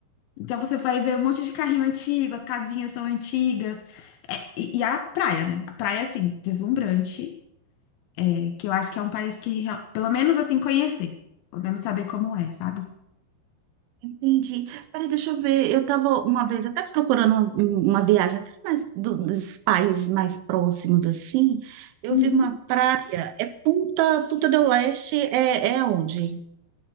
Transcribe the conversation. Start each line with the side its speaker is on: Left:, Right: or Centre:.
Left: Então você vai ver um monte de carrinho antigo, as casinhas são antigas. É, e, e a praia, né? A praia, assim, deslumbrante, é, que eu acho que é um país que, real- pelo menos assim, conhecer. Pelo menos saber como é, sabe?
Right: Entendi. Peraí, deixa eu ver. Eu estava uma vez até procurando uma, uma viagem até mais do- dos países mais próximos assim. Eu
Left: Uhum.
Right: vi uma praia. É Punta, Punta del Leste é, é onde?